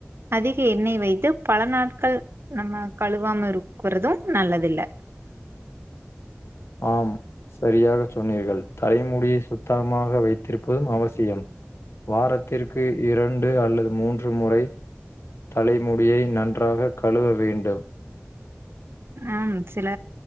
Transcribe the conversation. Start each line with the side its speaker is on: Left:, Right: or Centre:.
Right: அதிக எண்ணெய் வைத்து பல நாட்கள் நம்ம கழுவாம இருக்கறதும் நல்லது இல்ல
Left: ஆம் சரியாக சொன்னீர்கள் தலைமுடியை சுத்தமாக வைத்திருப்பதும் அவசியம் வாரத்திற்கு இரண்டு அல்லது மூன்று முறை தலைமுடியை நன்றாக கழுவ வேண்டும்
Right: ஹம் சில